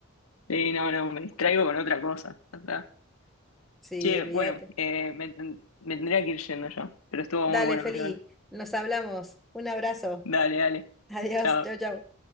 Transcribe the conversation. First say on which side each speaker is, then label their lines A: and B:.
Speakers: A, on the left; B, in the centre.
A: sí, no, no, me distraigo con otra cosa. ya está.
B: Sí,
A: Che,
B: olvídate.
A: bueno, eh, me, ten- me tendría que ir yendo ya, pero estuvo
B: Dale,
A: muy bueno,
B: Feli,
A: hablar
B: nos hablamos. Un abrazo.
A: Dale, dale.
B: Adiós,
A: Chao.
B: chau, chau.